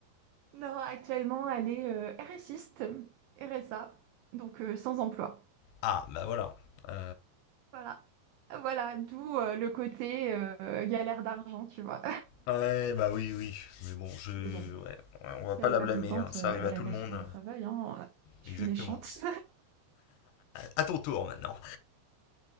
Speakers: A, on the right; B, on the left.
A: Non, actuellement, elle est euh, RSiste, RSA, donc euh, sans emploi.
B: ah, bah voilà. Euh,
A: Voilà. Voilà, d'où euh, le côté euh, galère d'argent, tu vois.
B: Ouais, bah oui, oui. Mais bon, je.
A: <laughs> Mais bon,
B: Ouais, on
A: si
B: va pas
A: elle
B: la
A: est pas
B: blâmer,
A: contente,
B: hein. ça
A: euh,
B: arrive
A: elle
B: à tout
A: a qu'à
B: le monde.
A: se trouver un travail, hein. Je
B: Exactement.
A: suis méchante. <laughs>
B: À ton tour maintenant.